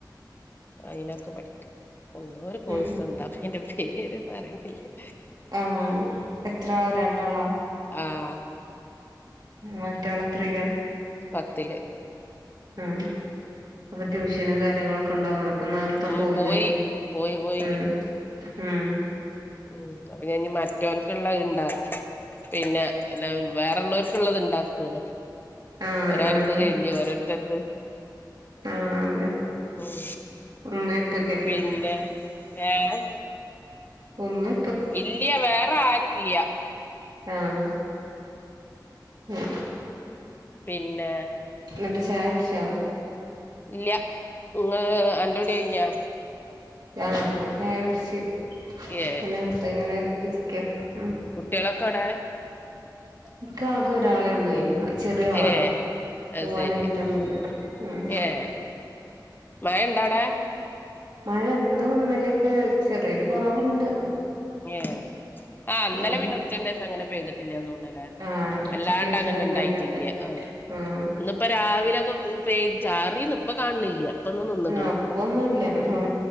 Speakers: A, on the left; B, on the right.
A: അയ്നൊക്കെ പഠിക്ക എന്തോരു കോഴ്സ്
B: ഉം
A: എന്താപ്പയ്ന്റെ പേര്പ്പൊ അറിണില്യ
B: ആഹ് എത്രാളാ രണ്ടാളാ
A: ആഹ്
B: മറ്റാളെത്രീല
A: പത്ത്ല്
B: ഉം അപ്പൊ ട്യൂഷനും കാര്യങ്ങളൊക്കെ ഉണ്ടാവും അപ്പനേർത്തെ
A: ഉം
B: പോവല്ലേ
A: പോയി പോയി പോയി
B: ഉം ഉം
A: ഉം അപ്പൊഞാഞ് മറ്റൊൻക്ക്ള്ളെ ഇണ്ടാക്ക പിന്നെ എല്ല വേറെള്ളൊർക്ക്ള്ളത് ണ്ടാക്കാണ്
B: ആഹ്
A: ഒരാള്ത്
B: ആഹ്
A: കയ്ഞ്ഞ് ഓരോര്ത്തര്ത്
B: ആഹ് അതെ
A: ഉം
B: ഉമ്മേം ഉപ്പക്കല്ലേ
A: പിന്നെ ഏഹ്
B: ഒന്ന്
A: ഇല്ല്യ വേറാരുല്ല്യ
B: ആഹ് ഉം
A: പിന്നെ
B: ന്നട്ട് ചായൊട്‌ച്ചൊ?
A: ഇല്ല്യ പിന്നെ അന്റുടിയ്ഞ്ഞ?
B: ആഹ് ഞൻ ചായൊട്ച്
A: ഏഹ്
B: പിന്നെ പ്പങ്ങനെ ഇര്ക്ക ഉം
A: കുട്ട്യാളൊക്കൊടെ
B: ഇക്കാകൊരാളെള്ളയ് ചെറിയ ആളാ
A: ഏഹ് അത്
B: പോവാനയ്ട്ടൊന്നില്യ
A: ശരി
B: ഉം
A: ഏഹ് മഴ ഇണ്ടവിടെ
B: മഴ ന്നും ഇന്നലേക്കെ ചെറിയൊരു കൊറവ്ണ്ട്
A: ഏഹ് ആഹ് ഇന്നലെ
B: ഉം
A: പിന്നെ ഉച്ചന്റെശങ്ങനെ പെയ്തിട്ടില്ലതോണലേ
B: ആഹ് ഉച്ചക്ക്
A: വല്ലാണ്ടങ്ങനെണ്ടായ്റ്റില്യ
B: ശേഷം വല്ലാണ്ടില്ല
A: ആഹ്
B: ആഹ്
A: ഇന്ന്പ്പ രാവിലൊക്കെ പെയ് ചാറിന്ന്പ്പകാണില്ല്യ ഇപ്പന്ന് നിന്ന്ക്ക്ണ്
B: അപ്പൊന്നുല്ല്യ ആഹ്